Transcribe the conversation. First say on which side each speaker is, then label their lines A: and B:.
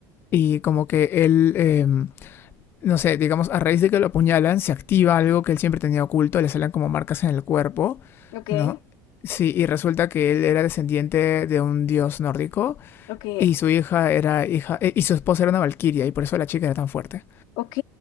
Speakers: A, on the left; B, on the left.
A: y como que él... em, no sé, digamos, a raíz de que lo apuñalan, se activa algo que él siempre tenía oculto, le salen como marcas en el cuerpo,
B: ok,
A: ¿no? Sí, y resulta que él era descendiente de un dios nórdico
B: ok,
A: y su hija era hija eh, y su esposa era una valquiria y por eso la chica era tan fuerte.
B: ok,